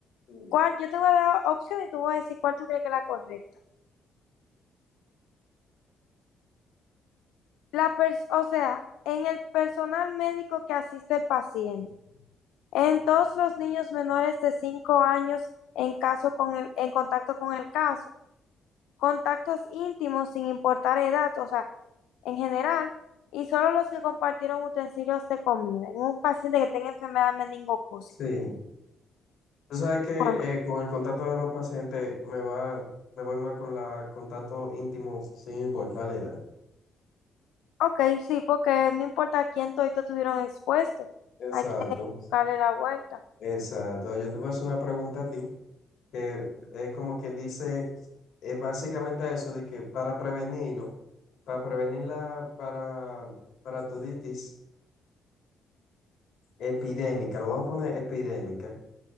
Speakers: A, on the left; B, on the left.
A: Mm.
B: ¿Cuál? Yo te voy a dar opción y tú vas a decir cuál tú crees que es la correcta. La pers- o sea, en el personal médico que asiste al paciente, en todos los niños menores de 5 años en caso con el- en contacto con el caso, contactos íntimos sin importar edad, o sea, en general y solo los que compartieron utensilios de comida en un paciente que tenga enfermedad meningocócica.
A: Sí. Tú sabes que
B: Bueno,
A: eh, con el contacto de los pacientes me va, me voy más con la contacto íntimo sin importar la edad.
B: ok, sí, porque no importa quién todito tuvieron expuesto,
A: Exacto,
B: hay que darle la vuelta.
A: exacto. Yo te voy a hacer una pregunta a ti, que es como quien dice, es básicamente eso de que para prevenirlo, para prevenir la para, paratoditis epidémica, lo vamos a poner epidémica,